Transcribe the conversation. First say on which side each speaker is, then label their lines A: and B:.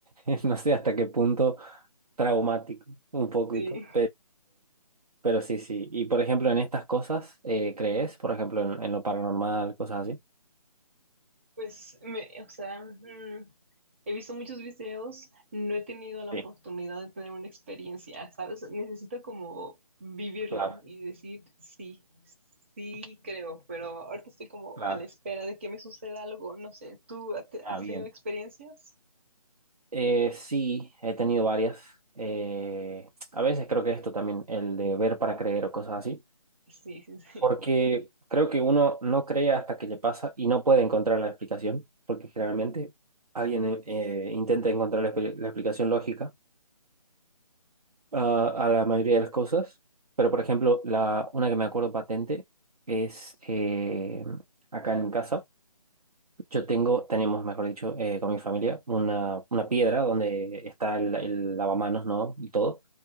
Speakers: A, on the right; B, on the right.
A: <laughs> no sé hasta qué punto traumático, un poquito,
B: sí.
A: pero, pero sí, sí. Y por ejemplo, en estas cosas, eh, ¿crees? Por ejemplo, en, en lo paranormal, cosas así.
B: Pues, me, o sea, mm, he visto muchos videos, no he tenido la
A: Sí,
B: oportunidad de tener una experiencia, ¿sabes? Necesito como vivirlo
A: claro,
B: y decir sí, sí creo, pero ahorita estoy como
A: claro.
B: a la espera de que me suceda algo, no sé, ¿tú ha- te- has
A: Ah, bien.
B: tenido experiencias?
A: Eh, sí, he tenido varias. Eh, a veces creo que esto también, el de ver para creer o cosas así,
B: Sí, sí, sí.
A: porque creo que uno no cree hasta que le pasa y no puede encontrar la explicación, porque generalmente alguien eh, intenta encontrar la expli- la explicación lógica a a la mayoría de las cosas, pero por ejemplo, la, una que me acuerdo patente es eh, acá en casa. Yo tengo, tenemos, mejor dicho, eh, con mi familia, una, una piedra donde está el, el lavamanos, ¿no? Y todo,